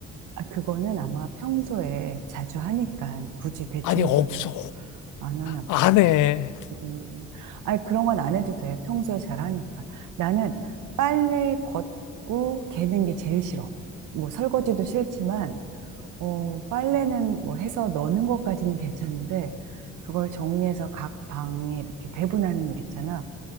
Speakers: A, on the right; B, on the left.
A: 아, 그거는 아마 평소에 자주 하니까 굳이 대청소를
B: <laughs> 아니, 없어.
A: 안 하나 보네.
B: 안 해.
A: 음, 아니, 그런 건 안 해도 돼. 평소에 잘하니까. 나는 빨래 걷고 개는 게 제일 싫어. 뭐, 설거지도 싫지만, 어, 빨래는 뭐 해서 넣는 것까지는 괜찮은데, 그걸 정리해서 각 방에 이렇게 배분하는 일 있잖아.